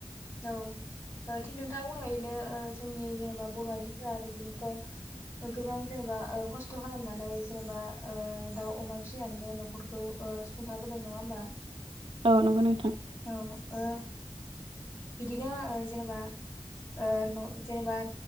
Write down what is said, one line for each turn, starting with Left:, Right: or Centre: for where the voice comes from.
Left: औ ओ थिग नोंथां उनावयैनो ओ जोंनि जेनेबा बर' आइजोफोरा बिदिनोथ' गोबां जेनेबा ओ खस्थ' खालामना नै जेनेबा ओ दाउ, अमा फिसिनानैनो न'खरखौ सुंथाबोदों नङा होमबा?
Right: औ नंगौ नोंथां।
Left: औ ओ बिदिनो आरो जेनेबा ओ न' जेनेबा